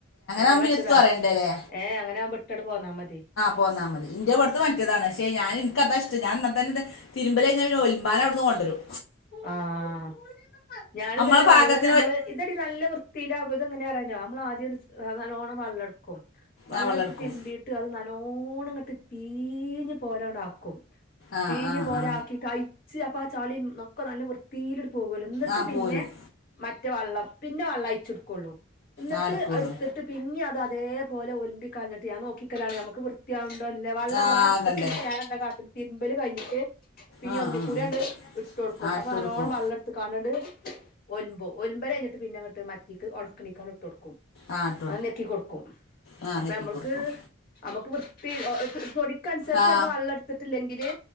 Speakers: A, on the left; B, on the left.
A: എന്റെ
B: ആകുമ്പോ
A: മറ്റേതാ
B: ഇനി എത്തും അറിയണ്ടല്ലേ
A: ഏഹ് അങ്ങനെ ആവുമ്പോ ഇട്ട് അങ്ങട്ട് പോന്നാ മതി
B: പോന്നാമതി ഇന്റെ ഇവ്ട്ത്തെ മറ്റതാണ് ക്ഷെ ഞാ ഇനിക്കതാ ഇഷ്ടം ഞാൻ എന്നന്നെത് തിരുമ്പല് കയിഞ്ഞ പിന്നെ ഒലുമ്പാന് അവിട്ന്ന് കൊണ്ടുവരും
A: ആഹ് ഞാനും
B: നമ്മളെ
A: തന്നെ
B: പാകത്തി
A: വെള്ളം ഞമ്മള് ഇതെടി നല്ല വൃത്തിയിലാകും ഇതങ്ങനെ അറിയോ നമ്മൾ ആദ്യം നല്ലോണം വെള്ളം ഇട്ക്കും ക്കും വെള്ളെടുത്ത്
B: ആ വെള്ളം എടുക്കും
A: തിരുമ്പിയിട്ട് അത് നല്ലോണ്ണം ഇങ്ങട്ട് പീഞ്ഞ് പോലണ്ട് ആക്കും
B: ആ
A: പീഞ്ഞ്
B: ആ
A: പോലെ
B: ആ
A: ആക്കി കയ്ച്ച് അപ്പ ആ ചളി ഒക്കെ നല്ല വൃ വൃത്തില് ഇങ്ങട്ട് പോകുല്ലോ എന്നിട്ട്
B: ആ
A: പിന്നെ
B: പോരും
A: മറ്റേ വെള്ളം പിന്നെ വെള്ളം അയച്ചെടുക്കുള്ളൂ എന്നിട്ട്
B: ആ എടുക്കുള്ളൂ
A: എടുത്തിട്ട് പിന്നെ അത് അതേപോലെ ഒലിമ്പിക്ക കഴിഞ്ഞിട്ട് ഞാൻ നോക്കിക്കലാണ് ഞമ്മക്ക് വൃ ത്തി ആവണ്ടോ അല്ലേ വെള്ള
B: ആ
A: അഥവാ ഇട്ത്ത്ണ്ടെ
B: ആകണ്ടേ
A: ഞാൻ ന്താ കാട്ടൽ തിരുമ്പല് കഴഞ്ഞിട്ട് പിന്ന
B: ആ
A: ഒന്നും
B: ആ
A: കൂടി
B: ആ
A: അണ്ട് ഇട്ട് കൊടുക്കും
B: ആ
A: അപ്പൊ
B: ഇട്ട്
A: നല്ലോണം
B: കൊടുക്കും
A: വെള്ള എടുത്തക്കണ്ടണ്ട് ഒല്മ്പും ഒല്മ്പല് കഴിഞ്ഞട്ട് പിന്നെ അങ്ങട്ട് മറ്റിക്ക് ഉണ്ക്കണിക്കാണ്ട്ട്ട്ടുക്കും
B: ആ ഇട്ട്
A: അത് ഞെക്കി കൊടുക്കും
B: ആ
A: അപ്പൊ
B: നെക്കി
A: നമ്മക്ക്
B: കൊടുക്കും
A: നമ്മക്ക് വൃത്തി പൊടി ക്ക അനുസരിച്ച്
B: ആ
A: അപ്പൊ വെള്ളം ഇത്തിട്ടില്ലെങ്കില്